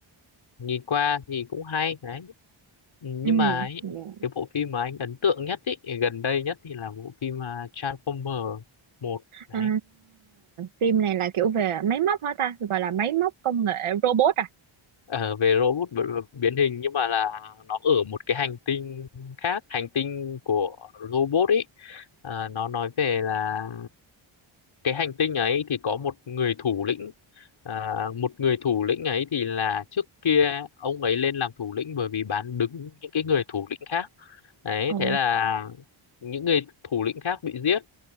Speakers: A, on the left; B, on the right.
A: nhìn qua thì cũng hay đấy nhưng
B: ừ.
A: mà ấy,
B: dạ.
A: cái bộ phim mà anh ấn tượng nhất ý, gần đây nhất thì là bộ phim à, Transformer một đấy
B: à, phim này là kiểu về máy móc hả ta gọi là máy móc công nghệ robot à
A: ờ, về robot b- biến hình nhưng mà là nó ở một cái hành tinh khác hành tinh của robot ấy à, nó nói về là cái hành tinh ấy thì có một người thủ lĩnh à, một người thủ lĩnh ấy thì là trước kia ông ấy lên làm thủ lĩnh bởi vì bán đứng những cái người thủ lĩnh khác đấy
B: ồ
A: thế là những người thủ lĩnh khác bị giết